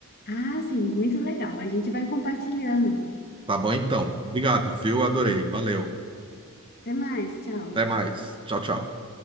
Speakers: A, on the left; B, on the right.
A: Ah, sim, muito legal. A gente vai compartilhando.
B: Tá bom então. Obrigado, viu? Adorei. Valeu.
A: Até mais, tchau.
B: Até mais. Tchau, tchau.